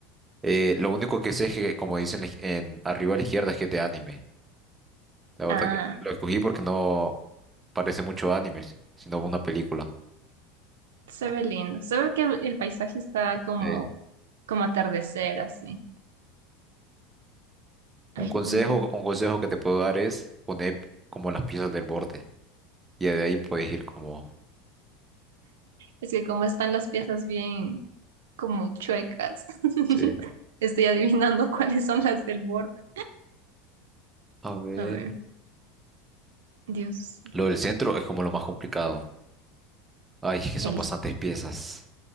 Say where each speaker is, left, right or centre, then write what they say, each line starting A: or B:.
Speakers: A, on the right; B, on the right.
A: eh, lo único que sé es que, como dicen la- en, arriba a la izquierda, es que es de anime. La verdad
B: Ah.
A: que lo escogí porque no parece mucho anime, sino una película.
B: Se ve lindo. Se ve que el el paisaje está como,
A: Eh,
B: como atardecer, así.
A: un
B: Ay,
A: consejo,
B: perdón.
A: un consejo que te puedo dar es poner como las piezas del borde. Y de ahí puedes ir como...
B: Es que como están las piezas bien como chuecas, <laughs>
A: Sí.
B: estoy adivinando cuáles son las del borde.
A: A ver.
B: A ver, Dios,
A: Lo del centro es como lo más complicado. Ay, es que son
B: el,
A: bastantes piezas.